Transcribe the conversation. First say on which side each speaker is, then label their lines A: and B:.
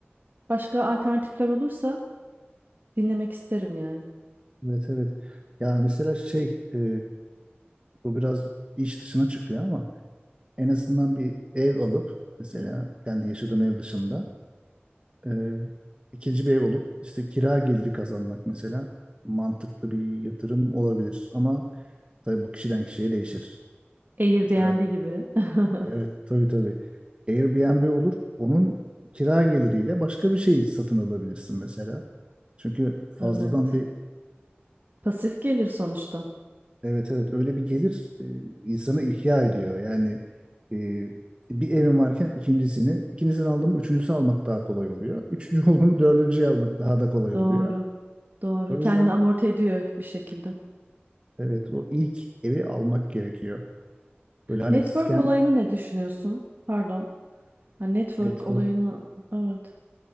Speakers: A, on the right; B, on the right.
A: Başka alternatifler olursa dinlemek isterim yani.
B: Evet evet. Yani mesela şey e, bu biraz iş dışına çıkıyor ama en azından bir ev alıp mesela kendi yaşadığım ev dışında e, ikinci bir ev olup işte kira geliri kazanmak mesela mantıklı bir yatırım olabilir ama tabii bu kişiden kişiye değişir.
A: Airbnb
B: Mesela
A: gibi. <laughs>
B: evet tabii tabii Airbnb olur onun kira geliriyle başka bir şey satın alabilirsin mesela. Çünkü fazladan
A: Evet.
B: bir
A: Pasif gelir sonuçta.
B: Evet evet öyle bir gelir e, insanı ihya ediyor. Yani e, bir evim varken ikincisini, ikincisini aldım üçüncüsü almak daha kolay oluyor. <laughs> Üçüncü oldu mu dördüncüyü almak daha da kolay
A: Doğru,
B: oluyor.
A: doğru.
B: O
A: Kendini
B: yüzden
A: amorti ediyor bir şekilde.
B: evet o ilk evi almak gerekiyor. Böyle hani
A: Network
B: scan
A: olayını ne düşünüyorsun? Pardon. Ha, network
B: network
A: olayını, evet.